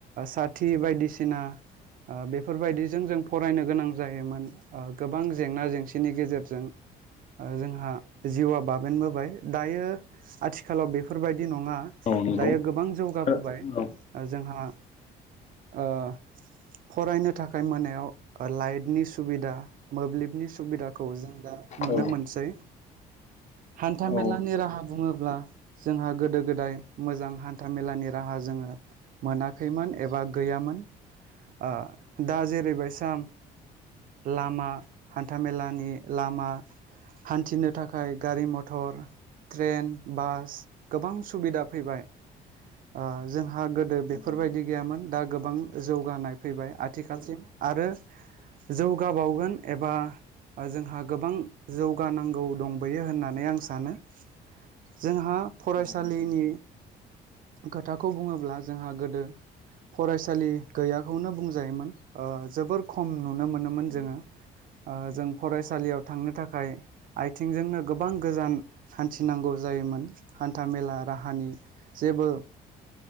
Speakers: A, on the right; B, on the left.
A: साथि बायदिसिना ओ बेफोरबायदिजों जों फरायनो गोनां जायोमोन। ओ गोबां जेंना जेंसिनि गेजेरजों ओ जोंहा जिउआ बाबेनबोबाय दायो आथिखालाव बेफोरबायदि नङा
B: औ नंगौ
A: दायो गोबां जौगाबोबाय।
B: औ
A: जोंहा ओ फरायनो थाखाय मोनायाव लाइटनि सुबिदा मोब्लिबनि सुब सुबिदाखौ जों दा नुनो
B: औ
A: मोनसै। हान्थामेलानि
B: औ
A: राहा बुङोब्ला जोंहा गोदो गोदाय मोजां हान्था मेलानि राहा जोङो मोनाखैमोन एबा गैयामोन। ओ दा जेरैबाय साम लामा हान्थामेलानि लामा हान्थिनो थाखाय गारि मथर ट्रेन बास गोबां सुबिदा फैबाय ओ जोंहा गोदो
B: नंगौ
A: बेफोरबायदि गैयामोन दा गोबां जौगानाय फैबाय आथिखालसिम आरो जौगाबावगोन एबा ओ जोंहा गोबां जौगानांगौ दंबोयो होननानै आं सानो। जोंहा फरायसालिनि
B: नंगौ नोंथां
A: खोथाखौ बुङोब्ला जोंहा गोदो फरायसालि गैयाखौनो बुंजायोमोन ओ जोबोर खम नुनो मोनोमोन
B: नंगौ
A: जोङो। ओ जों फरायसालियाव थांनो थाखाय आइथिंजोंनो गोबां गोजान हान्थिनांगौ जायोमोन हान्थामेला राहानि जेबो